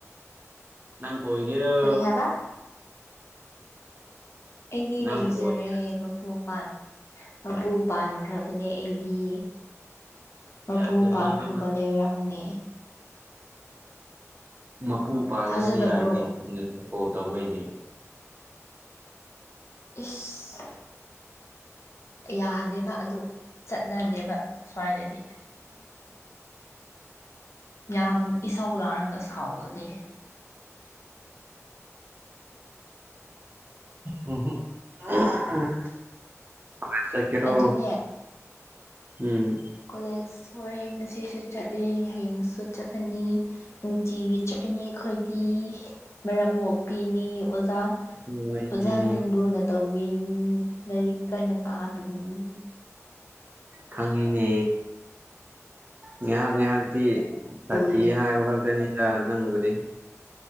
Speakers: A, on the right; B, on the left.
A: ꯅꯪ ꯑꯣꯏꯒꯔꯣ
B: ꯀꯔꯤ ꯍꯥꯏꯕ ꯑꯩꯗꯤ
A: ꯅꯪ
B: ꯂꯩꯖꯔꯦ
A: ꯑꯣꯏ
B: ꯃꯄꯨ ꯥꯄꯥꯟ ꯃꯄꯨ ꯄꯥꯟꯈ꯭ꯔꯕꯅꯦ ꯑꯩꯗꯤ ꯃꯄꯨ
A: ꯌꯥꯖꯔꯤ
B: ꯄꯥꯟꯈ꯭ꯔꯕ
A: ꯏꯕꯦꯝꯃ
B: ꯂꯩꯔꯥꯡꯅꯤ
A: ꯃꯄꯨ ꯄꯥꯜꯂꯁꯨ
B: ꯊꯥꯖꯗꯕ꯭ꯔꯣ
A: ꯌꯥꯏꯅꯤ ꯆꯨꯝꯅ ꯁꯨꯝ ꯀꯣꯜ ꯇꯧꯕꯩꯗꯤ
B: ꯏꯁ ꯌꯥꯗꯦꯕ ꯑꯗꯨ ꯆꯠꯅꯗꯦꯕ ꯁ꯭ꯋꯥꯏꯗꯗꯤ
A: ꯎꯝ
B: ꯌꯥꯝ ꯏꯁꯆꯧ ꯂꯥꯡꯔꯒ ꯁꯥꯎꯒꯜꯂꯤ
A: <unintelligible> ꯆꯀꯤꯔꯣ
B: ꯑꯗꯨꯅꯦ
A: ꯎꯝ
B: ꯀꯣꯂꯦꯖ ꯁ ꯉꯁꯤꯁꯨ ꯆꯠꯂꯤ ꯍꯌꯦꯡꯁꯨ ꯆꯠꯀꯅꯤ ꯅꯨꯡꯇꯤꯒꯤ ꯆꯠꯀꯅꯤ ꯈꯣꯏꯗꯤ ꯃꯔꯛ ꯃꯨꯛ ꯄꯤꯅꯤ ꯑꯣꯖꯥ
A: ꯍꯣꯏꯅꯦ
B: ꯑꯣꯖꯥꯅ ꯂꯨꯅ ꯇꯧꯕꯤꯅꯤ ꯂꯥꯏꯔꯤꯛ ꯀꯟꯅ ꯥꯕꯤꯅꯤ
A: ꯈꯪꯉꯤꯅꯦ ꯉꯥꯏꯍꯥꯛ ꯉꯥꯏꯍꯥꯛꯇꯤ
B: ꯑꯗꯨꯅꯦ
A: ꯁꯇꯤ ꯍꯥꯏꯕ ꯈꯛꯇꯅꯤꯗ ꯅꯪꯕꯨꯗꯤ